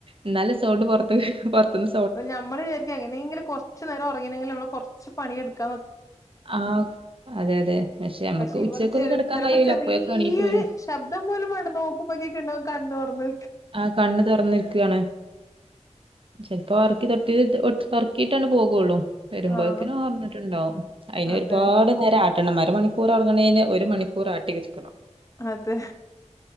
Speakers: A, on the right (about 45°); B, on the left (about 25°).
A: എന്നാല സോണ്ട് പുറത്ത <unintelligible> പുറത്തുന്ന്
B: നമ്മള് വിചാരിക്കും എങ്ങനെങ്കില കൊറച്ച് നേരം ഉറങ്ങണെങ്കിൽ നമ്മള് കൊറച്ച് പണിയെടുക്ക
A: ആഹ് അതെ അതെ നമുക്ക്
B: പക്ഷെ
A: ഉച്ചയ്ക്കൊന്നും
B: ഇവർ ചെ
A: കിടക്കാൻ
B: ചിലപ്പോ
A: കഴിയൂല
B: ചെറിയൊരു
A: അപ്പോഴൊക്കെ എണീറ്റ് വരും
B: ശബ്ദം പോലും വേണ്ട നോക്കുമ്പോക്കൊക്കെ ഇണ്ടാവും കണ്ണോർന്ന്‌
A: ആഹ കണ്ണ് തുറന്നിരിക്കുകയാണ് ചിലപ്പോ ഒറക്കി തൊട്ടി ഇട്ട് ഒറക്കിയിട്ടാണ് പോകുള്ളൂ വരുമ്പോഴേക്കനും
B: ആഹ്
A: ഒണർന്നിട്ടുണ്ടാവും അതിന്
B: അതെ
A: ഒരുപാട് നേരം ആട്ടെണം അരമണിക്കൂർ മണിക്കൂറൊറങ്ങണെന് ഒരു മണിക്കൂർ ആട്ടിരിക്കണം
B: അതെ